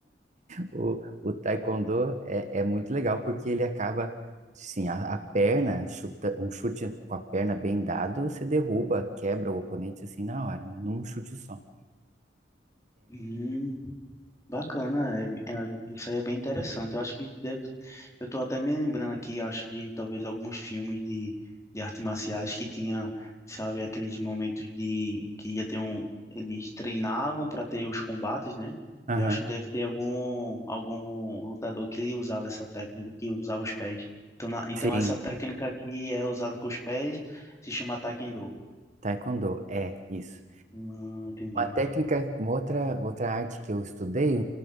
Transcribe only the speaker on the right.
O, o taekwondo é, é muito legal porque ele acaba, assim, a, a perna, chuta, um chute com a perna bem dado, você derruba, quebra o oponente assim na hora, né? Num chute só.
Aham.
Sim,
taekwondo, é isso.
Uma técnica, uma outra, outra arte que eu estudei